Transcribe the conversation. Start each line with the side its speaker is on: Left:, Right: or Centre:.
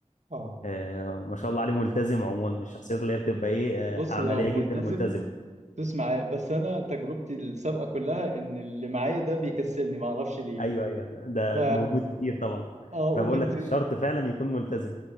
Right: اه
Left: آه، ما شاء الله عليه ملتزم عموما من الشخصيات اللي هي بتبقى ايه آه،
Right: بص
Left: عمليه
Right: لو ملتزم
Left: جدا وملتزمه
Right: تدوس معاه بس انا تجربتي السابقة كلها ان اللي معايا ده بيكسلني ما اعرفش ليه
Left: ايوه ايوه ايوه ده
Right: ف
Left: موجود كتير طبعا
Right: اه
Left: انا
Right: وكنت
Left: بقول لك شرط فعلا يكون ملتزم